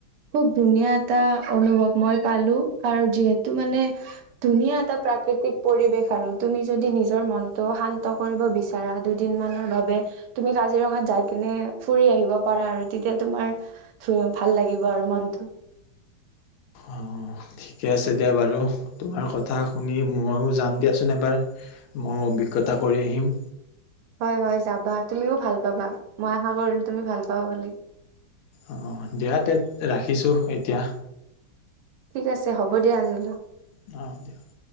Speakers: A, on the right (about 85°); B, on the left (about 80°).
A: খুব ধুনীয়া এটা অনুভৱ মই পালোঁ, কাৰ যিহেতু মানে এটা প্ৰাকৃতিক পৰিবেশ আৰু, তুমি যদি মনটো শান্ত কৰিব বিচা তাৰা দুদিনমানৰ বাবে তুমি কাজিৰঙাত যাই কিনে ফুৰি আহিব পাৰা আৰু তেতিয়া তোমাৰ ভাল লাগিব আৰু মনটো।
B: অ'। ঠিকে আছে দিয়া বাৰু, তোমাৰ কথা শুনি ময়ো যাম দিয়াচোন এবাৰ। মই অভিজ্ঞতা কৰি আহিম।
A: হয় হয় যাবা, তুমিও ভাল পাবা, মই আশা কৰিলোঁ তুমি ভাল পাবা বুলি।
B: অ' দিয়া তে ৰাখিছোঁ এতিয়া।
A: ঠিক আছে হ'ব দিয়া আজি ল
B: <unintelligible>